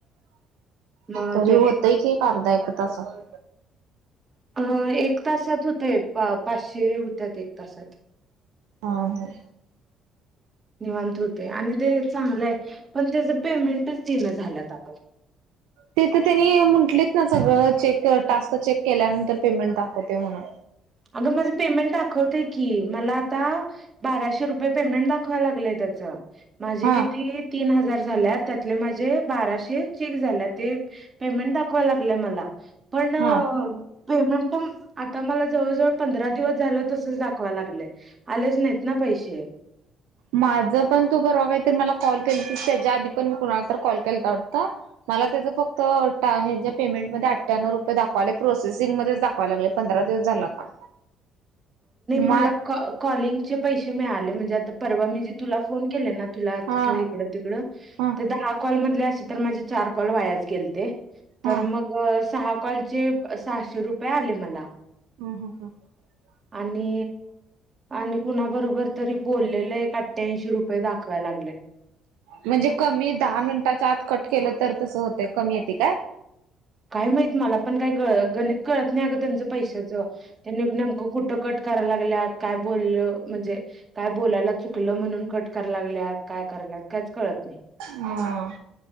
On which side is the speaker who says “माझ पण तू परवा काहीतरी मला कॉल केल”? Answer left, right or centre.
Right